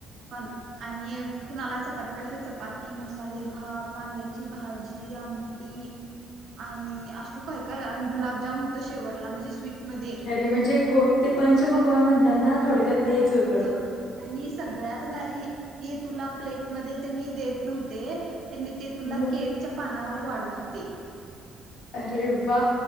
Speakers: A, on the right; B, on the left.
A: पण. आणि कुणाला चपाती प चपाती, मसाले भात, वांग्याची भाजी, आम ती आणि असू काय काय आणि गुलाबजाम होते शेवटला म्हणजे स्वीटमध्ये
B: अरे म्हणजे कोणते पंच पकवान म्हणतात ना थोडक्यात
A: हा
B: तेच
A: आताच
B: होतं.
A: आणि सगळ्यात भारी हे तुला प्लेट मध्ये त्यांनी देत नव्हते. त्यांनी ते तुला
B: म
A: केळीच्या पानावर वाढत होते.
B: अरे वा